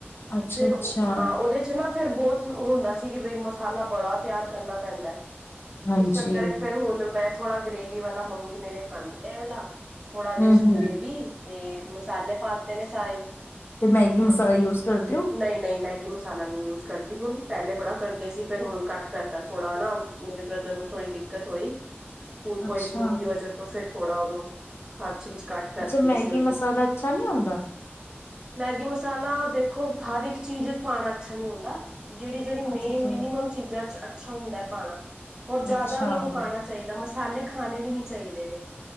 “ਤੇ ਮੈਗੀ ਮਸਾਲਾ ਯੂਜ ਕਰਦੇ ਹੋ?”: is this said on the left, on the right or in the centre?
Left